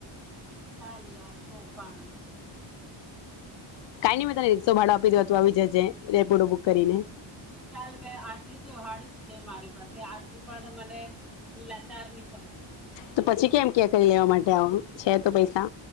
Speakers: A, in the centre; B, on the left.
A: ચાલિયા તો પણ.
B: કાઈ ની મેં તને રીકસો ભાડો આપી દેવા તું આવી જજે રેપીડો બુક કરીને.
A: ચાલવે આટલું તો ભાડું છે મારી પાસે આટલું પન મને લાચાર ની સમજ.
B: તો પછી કેમ કે કે લેવા માટે આવ છે તો પૈસા.